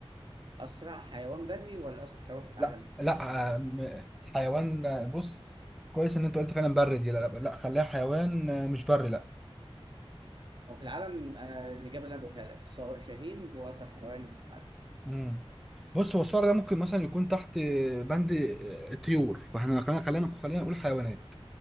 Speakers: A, on the right (about 50°); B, in the centre.
A: اسرع حيوان بري ولا اسرع حيوان في العالم
B: لا لا آه، م- حيوان آه، بص كويس إن أنت قلت فعلا بري دي لا لا, لا خليها حيوان آه، مش بري لا
A: هو في العالم انا الاجابه اللي انا بقولها لك الصقر شاهين هو اسرع حيوان في العالم
B: مم. بص هو الصقر ده ممكن مثلا يكون تحت بند الطيور فاحنا خلينا خلينا خلينا نقول حيوانات